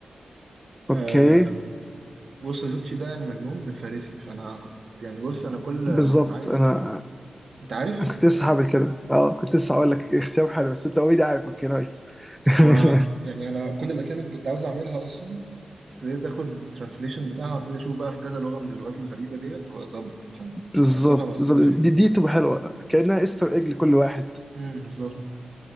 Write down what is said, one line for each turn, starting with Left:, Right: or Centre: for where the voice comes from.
Centre: اوكي
Right: آه بص زوتشي ده يعني مجنون بالفارسي فأنا كنت يعني بص أنا كل
Centre: بالظبط
Right: ما كنت عايز
Centre: انا
Right: أنت عارف
Centre: أنا كنت لسه هعمل كده اه كنت لسه هقول لك اختيار حلو بس انت اوريدي عارف اوكي نايس <laughs>
Right: هو أنا يعني أنا كل الأسامي اللي كنت عاوز أعملها أصلا ابتديت آخد الترانسليشن بتاعها وابتدي أشوف بقى في كذا لغة من اللغات الغريبة ديت وأظبط عشان
Centre: بالظبط
Right: تبقى صفة موجودة
Centre: بالظبط
Right: فيه
Centre: دي, دي تبقى حلوه كانها استر ايج لكل واحد
Right: امم بالظبط